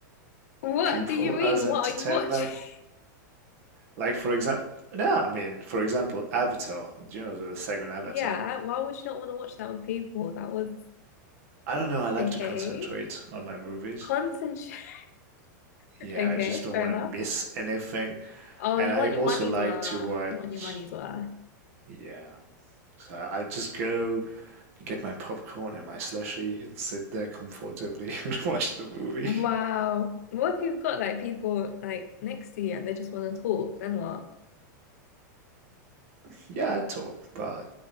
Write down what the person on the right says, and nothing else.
people
as entertainment.
Like for example, no, I mean, for example, Avatar, do you know, the second Avatar.
I don't know, I like
to concentrate on my movies.
Yeah,
I just don't
want
to miss anything.
And
I
also
like
to watch,
yeah. So I I just go get my popcorn and my slushy and sit there comfortably <laughs> and watch the movie.
<laughs> yeah, I talk, but